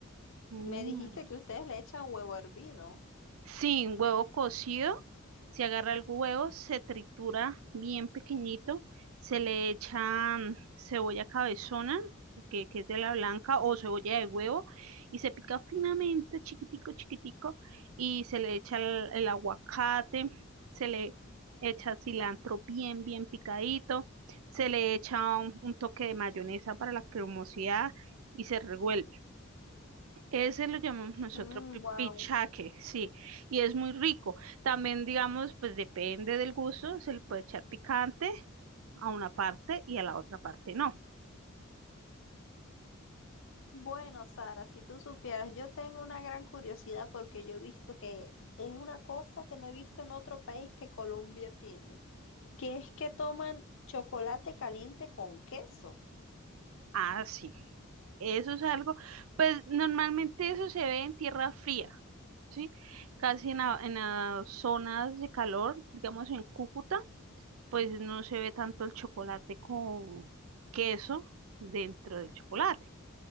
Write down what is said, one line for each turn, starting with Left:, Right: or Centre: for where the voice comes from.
Right: mm.
Left: Me dijiste que ustedes le echan huevo hervido.
Right: Sin huevo cocido, se agarra el huevo, se tritura bien pequeñito, se le echa mm, cebolla cabezona, que, que es de la blanca, o cebolla de huevo, y se pica finamente, chiquitico, chiquitico, y se le echa el, el aguacate, se le echa cilantro bien, bien picadito, se le echa un, un toque de mayonesa para la cremosidad y se revuelve. Ese lo llamamos nosotros
Left: Mm,
Right: pi-
Left: wow.
Right: pichaque, sí, y es muy rico. También, digamos, pues depende del gusto, se le puede echar picante a una parte y a la otra parte no.
Left: Bueno, Sara, si tú supieras, yo tengo una gran curiosidad porque yo he visto que es una cosa que no he visto en otro país que Colombia tiene, que es que toman chocolate caliente con queso.
Right: Ah, sí. Eso es algo, pues normalmente eso se ve en tierra fría, ¿sí? Casi en, la- en las zonas de calor, digamos en Cúcuta, pues no se ve tanto el chocolate con queso dentro del chocolate.